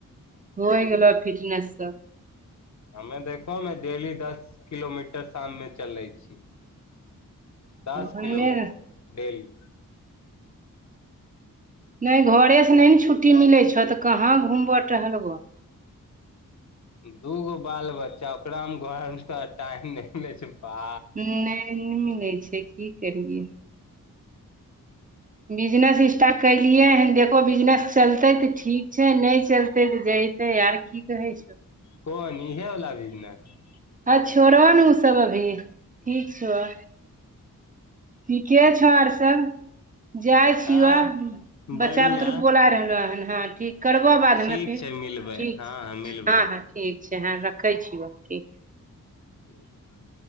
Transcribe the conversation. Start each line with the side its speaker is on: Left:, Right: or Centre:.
Right: होइ गेलो आब फिटनेससँ
Left: हमे देखहो न डेली दस किलोमीटर शाम मे चलै छीए दस
Right: हमे
Left: किलोमीटर डेली
Right: नहि घरे से नहि ने छुट्टी मिलै छौ तऽ कहाँ घुमबऽ टहलबऽ
Left: दूगो बाल बच्चा ओकरा मे घर मे तो टाइम नहि ले छै बा
Right: नहि न मिलै छै की करियै बिजनेस इस्टार्ट कलिए हन देख बिजनेस चलते तऽ ठीक छै नहि चलते तऽ जते आर की कहै छौ
Left: कोन इहे बला बिजनेस
Right: हँ छोड़ऽ ने ओ सभ अभी ठीक छौ ठीके छौ आर सब जाइ छियो
Left: हँ
Right: बच्चा
Left: बढ़िया
Right: बुतरुक बोला रहलो हन हँ ठीक करबऽ बादमे
Left: ठीक
Right: फेर
Left: छै मिलबै
Right: ठीक
Left: हँ
Right: छै
Left: मिलबै
Right: हँ
Left: मिलबै
Right: हँ ठीक छै हँ रखै छियऽ ठीक
Left: <inaudible>